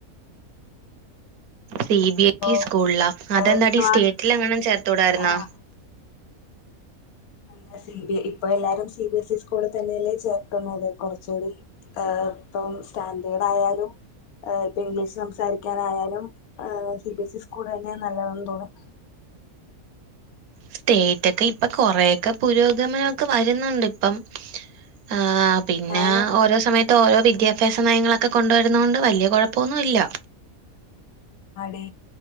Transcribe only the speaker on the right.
സി ബി എ റ്റി
സ്കൂൾലാ
അതെന്താടീ
സ്റ്റേറ്റിലങ്ങാനും ചേർത്തൂടായിര്ന്നൊ
സ്റ്റേറ്റൊക്കെ ഇപ്പൊ കൊറേക്കെ പുരോഗമനമൊക്കെ വരുന്നുണ്ട് ഇപ്പം ആഹ് പിന്നെ
ഓരോ സമയത്ത് ഓരോ വിദ്യാഭ്യാസ നയങ്ങളൊക്കെ കൊണ്ടുവര്ന്നോണ്ട് വല്ല്യ കൊഴപ്പൊന്നുല്ല